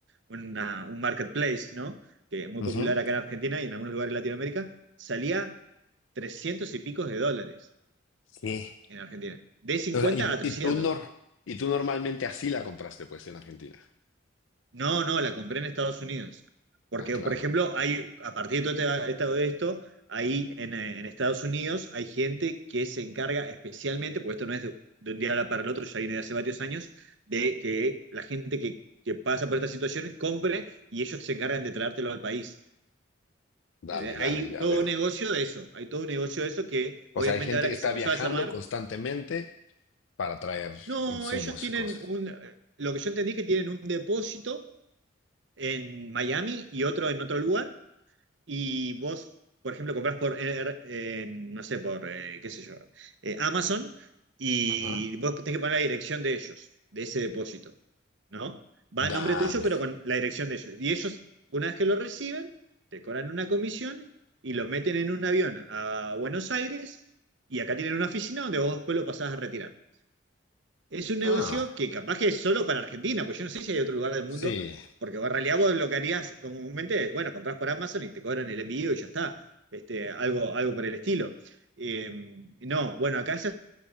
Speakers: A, on the right; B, on the left.
A: una- un marketplace, ¿no? Que es muy
B: Ujú.
A: popular acá en Argentina y en algunos lugares de Latinoamérica. Salía 300 y picos de dólares
B: Sí.
A: en Argentina. De 50
B: O sea, y,
A: a trescientos
B: y tú nor- y tú normalmente así la compraste, pues, en Argentina.
A: No, no, la compré en Estados Unidos. Porque,
B: Ah, claro.
A: por ejemplo, hay, a partir de todo este- todo esto, ahí en, eh, en Estados Unidos hay gente que se encarga especialmente, porque esto no es de, de un día para el otro, ya viene de hace varios años, de que la gente que, que pasa por esta situación compre y ellos se encargan de traértelo al país. Eh,
B: Dale, dale,
A: Hay
B: ya
A: todo
B: veo.
A: un negocio de eso, hay todo un negocio de eso que
B: O
A: obviamente
B: sea, hay gente
A: ahora
B: que
A: que
B: está
A: se empezó
B: viajando
A: a desarmar,
B: constantemente para traer
A: no,
B: insumos
A: ellos tienen
B: y cosas.
A: un, lo que yo entendí es que tienen un depósito en Miami y otro en otro lugar Y vos, por ejemplo, compras por, Air- en, no sé, por, eh, qué sé yo, eh, Amazon, y
B: Ajá.
A: vos tenés que poner la dirección de ellos, de ese depósito, ¿no? Va
B: Dale.
A: a nombre tuyo, pero con la dirección de ellos. Y ellos, una vez que lo reciben, te cobran una comisión y lo meten en un avión a Buenos Aires, y acá tienen una oficina donde vos después lo pasás a retirar. Es un negocio
B: Ah,
A: que capaz que es solo para Argentina, pues yo no sé si hay otro lugar del mundo,
B: sí.
A: porque en realidad vos lo que harías comúnmente es, bueno, comprás por Amazon y te cobran el envío y ya está, este, algo, algo por el estilo. Eh, no, bueno, acá se